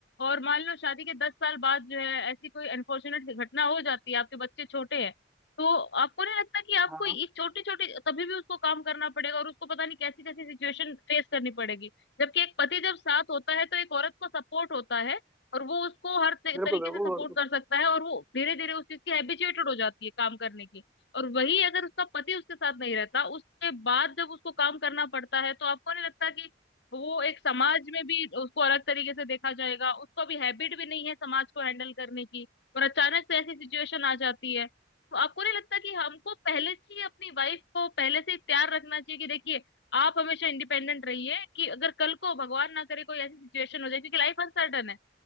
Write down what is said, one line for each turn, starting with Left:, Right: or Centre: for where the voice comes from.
Left: और मान लो शादी के दस साल बाद जो है ऐसी कोई अनफॉर्चुनेट घटना हो जाती है आपके बच्चे छोटे हैं तो आपको नहीं लगता कि आपको
Centre: हाँ
Left: एक
Centre: हाँ,
Left: छोटी छोटी तभी भी उसको काम करना पड़ेगा और उसको पता नहीं कैसी कैसी सिचुएशन फेस करनी पड़ेगी जबकि एक पति जब साथ होता है तो एक औरत को सपोर्ट होता है और वो उसको हर त-
Centre: बिल्कुल
Left: तरीके
Centre: बिल्कुल
Left: से सपोर्ट
Centre: बिल्कुल
Left: कर सकता है और वो धीरे धीरे उस चीज की हैबिचुएटेड हो जाती है काम करने की और वही अगर उसका पति उसके साथ नहीं रहता उसके बाद जब उसको काम करना पड़ता है तो आपको नहीं लगता कि वो एक समाज में भी उसको अलग तरीके से देखा जाएगा उसको अभी हैबिट भी नहीं है समाज को हैंडल करने की और अचानक से ऐसी सिचुएशन आ जाती है तो आपको नहीं लगता कि हमको पहले से ही अपनी वाइफ को पहले से ही तैयार रखना चाहिए कि देखिए आप हमेशा इंडिपेंडेंट रहिए कि अगर कल को भगवान ना करे कोई ऐसी सिचुएशन हो जाए क्योंकि लाइफ अनसर्टन है